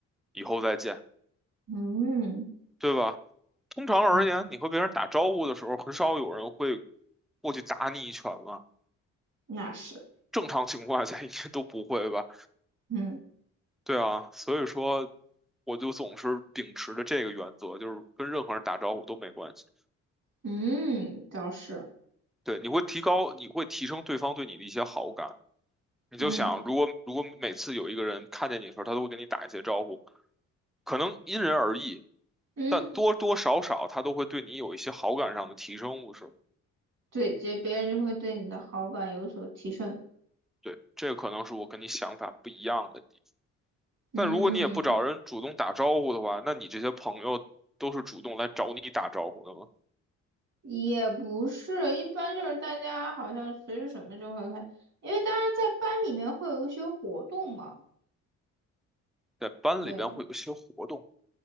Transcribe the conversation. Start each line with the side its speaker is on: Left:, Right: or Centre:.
Centre: 以后再见。
Right: 嗯
Centre: 对吧？通常而言，
Right: 嗯，
Centre: 你和别人打招呼的时候，很少有人会过去打你一拳嘛。
Right: 那是。
Centre: 正常情况下应该都不会吧？
Right: 嗯。
Centre: 对啊，所以说我就总是秉持着这个原则，就是跟任何人打招呼都没关系。
Right: 嗯，倒是，
Centre: 对，你会提高，你会提升对方对你的一些好感。你就想，
Right: 嗯
Centre: 如果如果每次有一个人看见你的时候，他都会跟你打一些招呼，可能因人而异，
Right: 嗯，
Centre: 但多多少少他都会对你有一些好感上的提升，不是吗？
Right: 对，这别人就会对你的好感有所提升。
Centre: 对，这可能是我跟你想法不一样的地方。
Right: 嗯，
Centre: 但如果你也不找人主动打招呼的话，那你这些朋友都是主动来找你打招呼的吗？
Right: 也不是，一般就是大家好像随着什么就会开，因为当然在班里面会有一些活动嘛。
Centre: 在班里边会有些活动
Right: 对